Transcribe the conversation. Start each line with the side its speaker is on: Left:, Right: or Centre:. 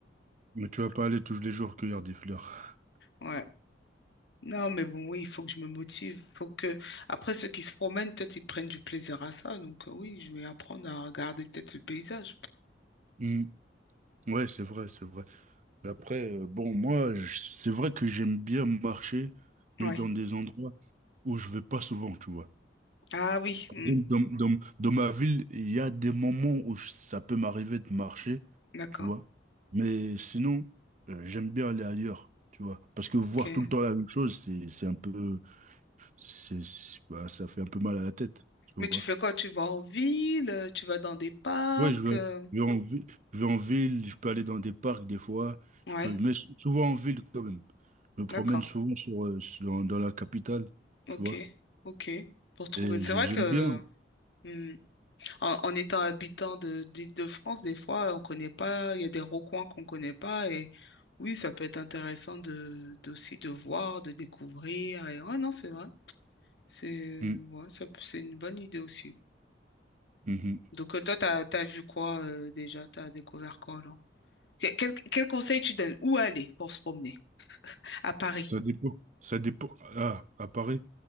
Right: Mais tu vas pas aller tous les jours cueillir des fleurs.
Left: Ouais. Non, mais bon, oui, il faut que je me motive. Faut que, après, ceux qui se promènent, peut-être ils prennent du plaisir à ça. Donc, euh, oui, je vais apprendre à regarder peut-être le paysage.
Right: Mm, Ouais, c'est vrai, c'est vrai. Mais Après, euh, bon, moi, je- c'est vrai que j'aime bien marcher,
Left: Ouais.
Right: mais dans des endroits où je vais pas souvent, tu vois.
Left: Ah oui, mm,
Right: Dans, dans- dans ma ville, il y a des moments où je- ça peut m'arriver de marcher,
Left: d'accord.
Right: tu vois. Mais sinon, euh, j'aime bien aller ailleurs, tu vois. Parce que
Left: Ok.
Right: voir tout le temps la même chose, c'est, c'est un peu, c'est, c'est- bah, ça fait un peu mal à la tête, tu
Left: Mais
Right: vois.
Left: tu fais quoi? Tu vas en ville, euh, tu vas dans des parcs.
Right: Ouais, je vais,
Left: euh,
Right: je vais en ville, je vais en ville, je peux aller dans des parcs des fois,
Left: Ouais,
Right: je peux, mais sou- souvent en ville quand même. Je me promène
Left: d'accord.
Right: souvent sur, euh, sur- dans, dans la capitale,
Left: Ok,
Right: tu vois.
Left: ok. Pour trouver.
Right: Et
Left: C'est
Right: j'ai-
Left: vrai
Right: j'aime
Left: que
Right: bien.
Left: mm, en, en étant habitant de d'Île-de-France, des fois, on connaît pas. Il y a des recoins qu'on connaît pas. Et oui, ça peut être intéressant de d'aussi de voir, de découvrir. Et ouais, non, c'est vrai. C'est
Right: Mm,
Left: ouais, ça peut- c'est une bonne idée aussi.
Right: mhm.
Left: Donc euh, toi, t'as t'as vu quoi euh, déjà? T'as découvert quoi Que- Quel, quel conseil tu donnes? Où aller pour se promener? À Paris,
Right: Ça dépend. Ça dépend. Ah, à Paris.